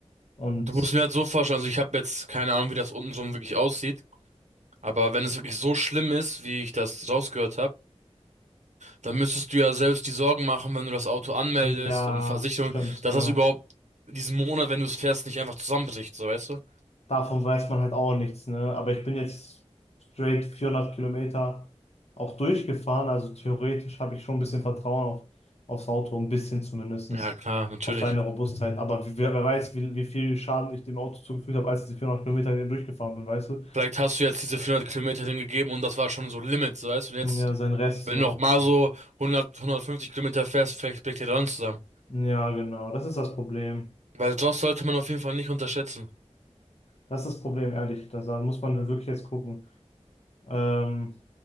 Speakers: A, on the left; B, on the right.
A: Und
B: Und Du musst mir halt so vorstellen, also ich habe jetzt keine Ahnung, wie das untenrum wirklich aussieht, aber wenn es wirklich so schlimm ist, wie ich das rausgehört habe, Dann müsstest du ja selbst die Sorgen machen, wenn du das Auto anmeldest
A: ja,
B: und Versicherung,
A: stimmt,
B: dass
A: genau.
B: das überhaupt diesen Monat, wenn du es fährst, nicht einfach zusammenbricht, so weißt du?
A: Davon weiß man halt auch nichts, ne? Aber ich bin jetzt straight 400 Kilometer auch durchgefahren, also theoretisch habe ich schon ein bisschen Vertrauen auf, aufs Auto, ein bisschen zumindest,
B: Ja, klar, natürlich.
A: auf seine Robustheit. Aber wer, wer weiß, wie, wie viel Schaden ich dem Auto zugefügt habe, als ich die 400 Kilometer hier durchgefahren bin, weißt du?
B: Vielleicht hast du jetzt diese 400 Kilometer dem gegeben und das war schon so Limit, so weißt du? Und
A: Ja,
B: jetzt,
A: sein Rest
B: wenn
A: so.
B: du noch mal so 100, 150 Kilometer fährst, vielleicht bricht der dann zusammen.
A: Ja, genau, das ist das Problem.
B: Weil Josh sollte man auf jeden Fall nicht unterschätzen.
A: Das ist das Problem, ehrlich. Das, da muss man halt wirklich jetzt gucken. Ähm,